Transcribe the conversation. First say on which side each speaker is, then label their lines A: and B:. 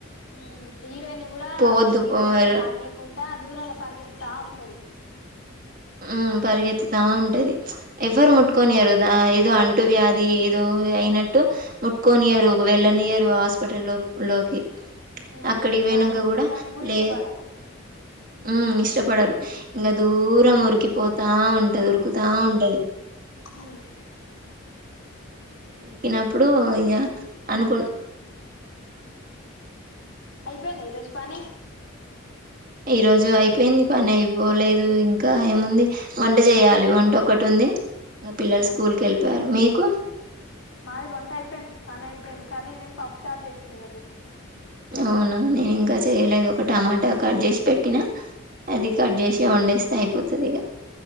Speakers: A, on the left (about 75°); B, on the right (about 40°).
A: ఊమ్ హీరోయిన్ కూడా
B: పోవద్దు
A: హీరో
B: పోరు
A: దగ్గర్ రానియకుం ట దూరంగా పరిగెత్తుతా ఉంటది
B: ఉ పరిగెత్తుతా ఉంటది ఎవరు
A: ఉమ్
B: ముట్కొనియారు ఏదో అం టు వ్యాధి ఏదో అయినట్టు ముట్కొనియరు వెళ్ళనియరు హాస్పిటల్ లోకి
A: ఉమ్
B: అక్కడికి పోయినంక
A: తనని చూడ్డానికి
B: కూడా లే
A: ఇష్టపడరు
B: ఉ ఇష్టం పడరు ఇంకా దూరం
A: ఉమ్
B: ఉరికిపోతా ఉంటది ఉర్కుతా ఉంటది
A: ఊ
B: ఉరికినప్పుడు ఇంగ అనుకు
A: అయిపోయింద ఈరోజ్ పని
B: ఈ రోజు అయిపోయింది పని అయిపోలేదు ఇంకా ఏముంది వంట చేయాలి వంట ఒకట్ ఉంది ఇంకా పిల్లలు
A: ఉహు
B: స్కూల్ కెళ్ళిపోయారు మీకు
A: మాది వంట అయిపోయింద్ పని అయిపోయింద్ కర్రీ నేన్ పప్పు చార్ చేశ్నా ఈ రోజు
B: అవున నేన్ ఇంకా చేయలేదు ఒక టమాటా కట్ చేసి పెట్టినా అది కట్ చేసి వండేస్తే అయిపోతది ఇగా